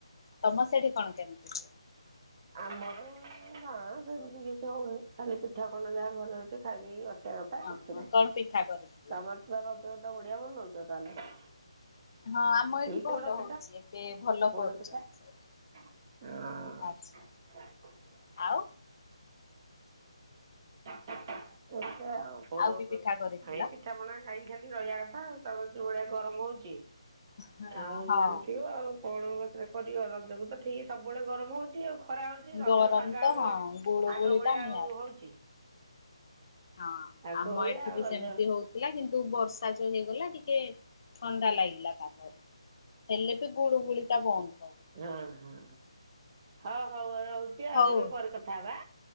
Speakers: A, on the left (about 45°); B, on the right (about 30°).
A: ତମ ସେଠି କଣ କେମିତି ହୁଏ?
B: ଆମର ନାଁ ସେମିତି କିଛି ହଉନି ଖାଲି ପିଠା ପଣା ଯାହା ଘରେ ହଉଚି ଖାଇପିଇ କି ବସ୍। ଖାଇବା ପାଇଁ
A: ଓହୋ
B: କିଛି ନାଇଁ।
A: କଣ ପିଠା କରିଥିଲ?
B: ତମର ତ ରଜଟା ବଢିଆ ବନଉଚ ତାହେଲେ।
A: ହଁ ଆମ ଏଇଠି
B: ଏଇ
A: ଭଲ
B: ପୋଡ ପିଠା
A: ହଉଚି। ଏବେ ଭଲ
B: ପୋଡ
A: କରୁଚନ୍ତି
B: ପିଠା
A: ସେ।
B: ହଁ।
A: ଆଚ୍ଛା ଆଉ।
B: <unintelligible>
A: ଆଉ କି ପିଠା କରିଥିଲ?
B: ଏଇ ପିଠାପଣା ଖାଇକି ଖାଲି ରହିବା କଥା। ତାପରେ ଯୋଉଭଳିଆ ଗରମ ହଉଚି।
A: ହଁ
B: ଆଉ
A: ହଁ।
B: ଜାଣିଥିବ ଆଉ କଣ ହ ରେ କରିବ ରଜକୁ ତ ଠିକି ସବୁବେଳେ ଗରମ ହଉଚି ଆଉ। କରାହଉଚି। ରଜ
A: ଗରମ
B: ପାଗ
A: ତ
B: ଆଉ
A: ହଁ
B: କଣ
A: ଗୁଳୁଗୁଳି
B: ଆଗ ଭଳିଆ
A: ଟା ନିହାତି।
B: ଆଉ ହଉଚି।
A: ହଁ
B: ଆଗଭଳିଆ
A: ଆମ ଏଠି
B: ଆଉ
A: ବି
B: ରଜ
A: ସେମତି ହଉଥିଲା। କିନ୍ତୁ ବର୍ଷା ଯୋଉ ହେଇଗଲା ଟିକେ ଥଣ୍ଡା ଲାଗିଲା। ତାପରେ ହେଲେ ବି ଗୁଳୁ ଗୁଳିଟା ବନ୍ଦ ହଉନି।
B: ହଁ ହଁ ହଁ ହଉ ହଉ ରହୁଚି ଆଉ
A: ହଉ
B: କେବେ ପରେ କଥା ହବା।